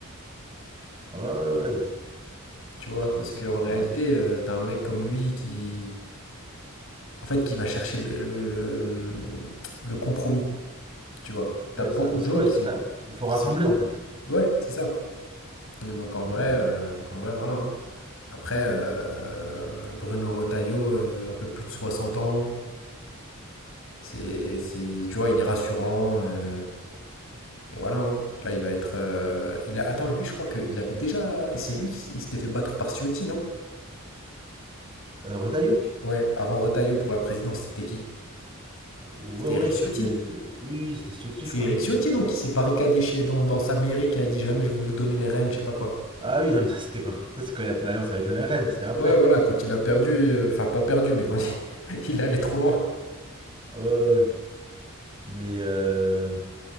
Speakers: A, on the right (about 25°); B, on the left (about 65°).
A: Ouais, ouais, ouais. ouais.
B: Tu vois,
A: C'est peut-être.
B: parce qu'en réalité,
A: Ouais,
B: euh, t'as un mec comme lui qui. En fait, qui va chercher le, le, le, hum, le compromis, tu vois. T'as
A: ouais,
B: beaucoup
A: ça. Parce
B: de gens
A: que, ouais,
B: qui
A: c'est
B: sont,
A: ça. Il faut
B: qui
A: rassembler,
B: sont
A: en fait.
B: Ouais, c'est ça. Donc en vrai,
A: Mm.
B: euh, donc en vrai, voilà. hein. Après, euh, Bruno Retailleau, euh, un peu plus de 60 ans, c'est, c'est, tu vois, il est rassurant. euh, et voilà. hein. Là, il va être. euh, il a, attends, lui, je crois qu'il avait déjà. et C'est lui qui s- il s'était fait battre par Ciotti, non?
A: Euh, Rotaillot
B: Ouais, avant Retailleau pour la présidence, c'était qui?
A: Ouais,
B: C'était
A: ouais,
B: Eric Ciotti.
A: je crois qu'il avait. Oui, oui c'était Ciotti,
B: C'est
A: je crois
B: Eric
A: qu'il
B: Ciotti,
A: s'était fait.
B: non, qui s'est barricadé chez, dans, dans sa mairie, qui a dit jamais je vais vous donner les rênes, je sais pas quoi.
A: Ah oui, non, mais ça c'était quand... ça, c'est quand il a fait l'alliance avec le RN, c'était après.
B: Ouais, voilà, quand il a perdu, euh, enfin pas perdu, mais quand il, <laughs> il allait trop loin.
A: Ouais, ouais, ouais. Mais euh...